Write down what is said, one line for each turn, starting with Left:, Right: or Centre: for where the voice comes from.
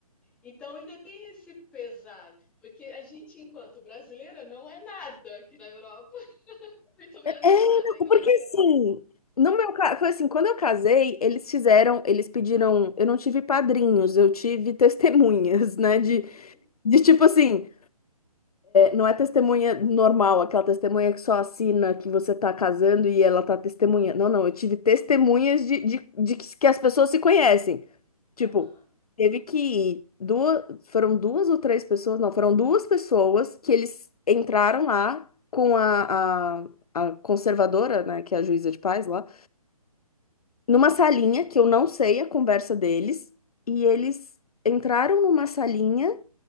Centre: Então ainda tem esse pesar, porque a gente, enquanto brasileira, não é nada aqui na Europa, <laughs> muito menos
Left: É,
Centre: lá
Left: não,
Centre: na Inglaterra.
Left: porque assim, no meu caso, foi assim, quando eu casei, eles fizeram, eles pediram, eu não tive padrinhos, eu tive testemunhas, né? De,
Centre: Uhum,
Left: de tipo assim. Não é testemunha normal, aquela testemunha que só assina que você tá casando e ela tá testemunha. Não, não, eu tive testemunhas de, de, de que que as pessoas se conhecem. Tipo,
Centre: aham.
Left: teve que ir duas, foram duas ou três pessoas, não, foram duas pessoas que eles entraram lá com a, a, a conservadora, né, que é a juíza de paz lá, numa salinha que eu não sei a conversa deles, e eles entraram numa salinha.